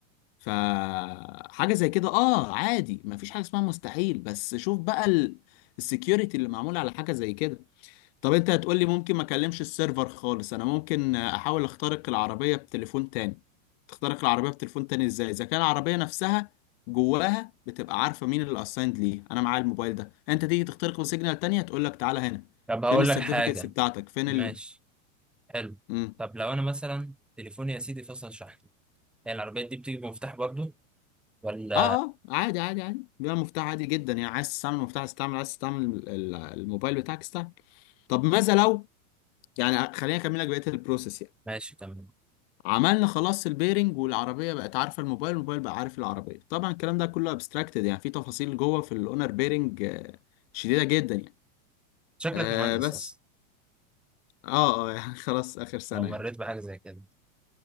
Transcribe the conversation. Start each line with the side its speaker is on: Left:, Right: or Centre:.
Left: فحاجة زي كده اه عادي مفيش حاجة اسمها مستحيل بس شوف بقى ال... السكيورتي اللي معمولة على حاجة زي كده طب انت هتقولي ممكن ما اكلمش السيرفر خالص انا ممكن احاول اخترق العربية بتليفون تاني تخترق العربية بتليفون تاني ازاي اذا كان العربية نفسها جواها بتبقى عارفة مين اللي اسايند ليه انا معايا الموبايل ده انت تيجي تخترقه سيجنال تانية تقول لك تعالى هنا
Centre: طب هقول
Left: فين السيرتيفيكتس
Centre: لك حاجة
Left: بتاعتك فين
Centre: ماشي
Left: ال...
Centre: حلو
Left: مم.
Centre: طب لو انا مثلا تليفوني يا سيدي فصل شحن هي العربية دي بتيجي بمفتاح برضو ولا
Left: اه اه عادي عادي عادي بيبقى مفتاح عادي جدا يعني عايز تستعمل المفتاح استعمل عايز تستعمل ال- ال- الموبايل بتاعك استعمل طب ماذا لو يعني خليني اكمل لك بقيه البروسيس يعني
Centre: ماشي تمام
Left: عملنا خلاص البيرنج والعربيه بقت عارفه الموبايل الموبايل بقى عارف العربيه طبعا الكلام ده كله ابستراكتد يعني في تفاصيل جوه في الاونر بيرنج آه، شديده جدا يعني
Centre: شكلك
Left: آه
Centre: مهندس
Left: بس
Centre: اصلا
Left: اه اه يعني <laughs> خلاص اخر سنه
Centre: او مريت
Left: يعني
Centre: بحاجة زي كده